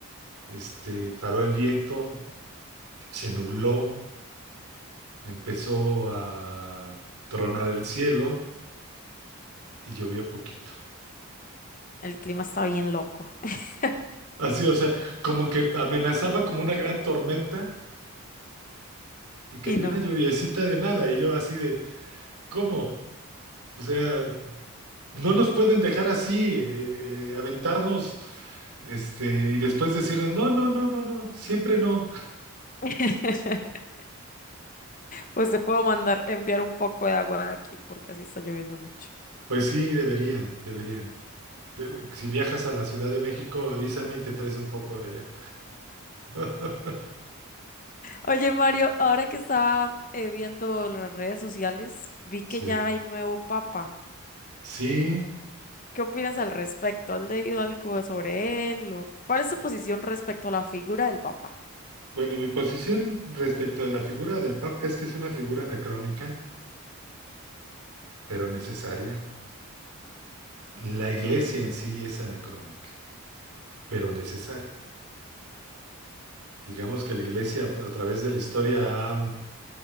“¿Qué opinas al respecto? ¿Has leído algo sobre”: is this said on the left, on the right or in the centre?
Left